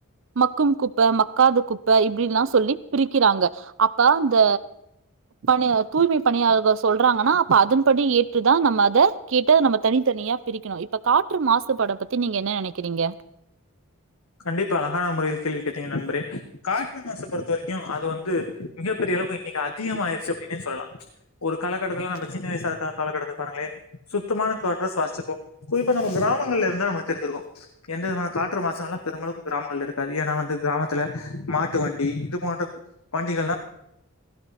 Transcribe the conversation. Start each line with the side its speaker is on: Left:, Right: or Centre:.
Right: மக்கும் குப்ப மக்காத குப்ப இப்படில்லாம் சொல்லி பிரிக்கிறாங்க அப்ப அந்த பணி தூய்மை பணியாளர்கள் சொல்றாங்கன்னா அதன்படி ஏற்றுதா நம்ம அதை கேட்ட நம்ம தனித்தனியா பிரிக்கணும் இப்ப காற்று மாசுபட பத்தி நீங்க என்ன நனைக்கிறீங்க
Left: கண்டிப்பா அழகான முறையில் கேள்வி கேட்டீங்க நண்பரே காற்று மாச பொறுத்த வரைக்கு அது வந்து மிகப்பெரிய இன்னைக்கு அதிகமயிருச்சு அப்படின்னு சொல்லலாம் ஒரு காலகட்டத்தில் நம்ம சின்ன வயசான காலகட்டத்த பாருங்களே சுத்தமான காற்ற சுவாசிப்போ குறிப்பா நம்ம கிராமங்களில் இருந்தா நமக்கு தெரிஞ்சிருக்கு எந்த விதமான காற்ற பெருமளவு கிராமங்கள் இருக்காது ஏன்னா வந்து கிராம ல மாட்டு வண்டி இது போன்ற வண்டிகள்லா